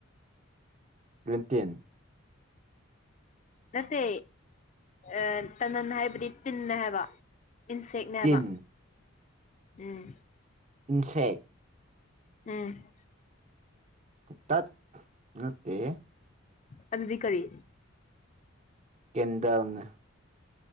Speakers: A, on the right (about 35°); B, on the left (about 35°).
A: ꯦꯟꯇꯤꯟ
B: ꯅꯠꯇꯦ ꯑ ꯇꯅꯟ ꯍꯥꯏꯕꯗꯤ ꯇꯤꯟꯅ ꯍꯥꯏꯕ ꯏꯟꯁꯦꯛꯅꯦꯕ
A: ꯇꯤꯟ
B: ꯎꯝ
A: ꯏꯟꯁꯦꯛ
B: ꯎꯝ
A: ꯇꯠ ꯅꯦ
B: ꯑꯗꯨꯗꯤ ꯀꯔꯤ
A: ꯀꯗꯅ